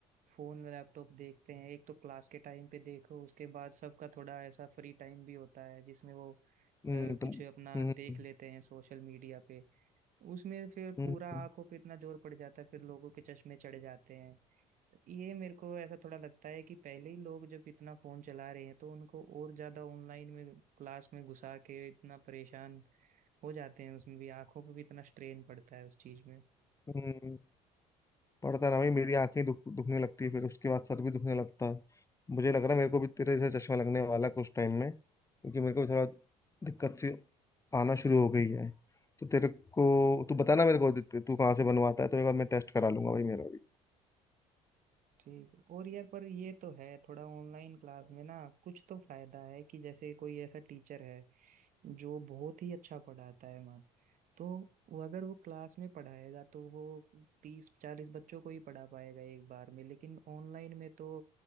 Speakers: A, on the right; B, on the left.
A: फोन में लैपटॉप देखते हैं एक तो क्लास के टाइम पे देखो उसके बाद सबका थोड़ा ऐसा फ्री टाइम भी होता है जिसमें वो अ,
B: हम्म तुम
A: कुछ अपना
B: हम्म
A: देख
B: हम्म
A: लेते हैं सोशल मीडिया पे उसमें फिर
B: हम्म
A: पूरा आंखों पे इतना जोर पड़ जाता है फिर लोगों के चश्मे चढ़ जाते हैं ये मेरे को ऐसा थोड़ा लगता है कि पहले ही लोग जब इतना फोन चला रहे हैं तो उनको और ज्यादा ऑनलाइन में क्लास में घुसा के इतना परेशान हो जाते हैं उसमें भी आंखों पे भी इतना स्ट्रेन पड़ता है उस चीज में
B: हम्म, हम्म। पड़ता ना भाई मेरी आंखें दुख दुखने लगती है फिर उसके बाद सर भी दुखने लगता है मुझे लग रहा है मेरे को भी तेरे से चश्मा लगने वाला है कुछ टाइम में क्योंकि मेरे को भी थोड़ा दिक्कत सी आना शुरू हो गई है तो तेरे को तू बताना मेरे को तू कहाँ से बनवाता है तो एक बार मैं टेस्ट करा लूंगा भाई मेरा भी
A: ठीक है और यार पर ये तो है थोड़ा ऑनलाइन क्लास में ना कुछ तो फायदा है कि जैसे कोई ऐसा टीचर है जो बहुत ही अच्छा पढ़ाता है मान तो वो अगर वो क्लास में पढ़ाएगा तो वो तीस चालीस बच्चों को ही पढ़ा पाएगा एक बार में लेकिन ऑनलाइन में तो